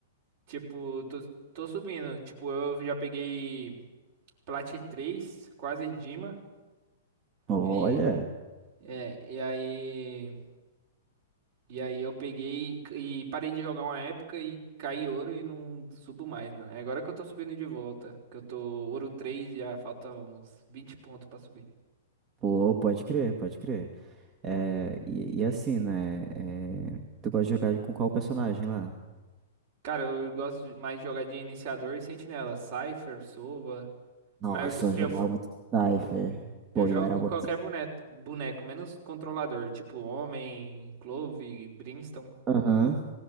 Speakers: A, on the right; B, on the right.
A: tipo, tô, tô subindo. Tipo, eu já peguei Plat 3 quase Dima.
B: Olha,
A: E, é, e aí. E aí eu peguei e parei de jogar uma época e caí ouro e não subo mais, mano. É agora que eu tô subindo de volta. Que eu tô ouro 3, já falta uns vinte pontos pra subir.
B: pô, pode crer, pode crer. É, e, e assim, né? é, tu gosta de jogar com qual personagem lá?
A: Cara, eu gosto de- mais de jogar de iniciador e sentinela. Cypher, Sova.
B: Nossa,
A: Mas eu,
B: eu
A: eu,
B: jogava
A: f-
B: muito de Cypher.
A: eu
B: Pô,
A: jogo
B: eu era
A: com
B: bom.
A: qualquer
B: de Cypher.
A: boneco, boneco, menos controlador. Tipo Homem, Clove, Brimstone.
B: Aham.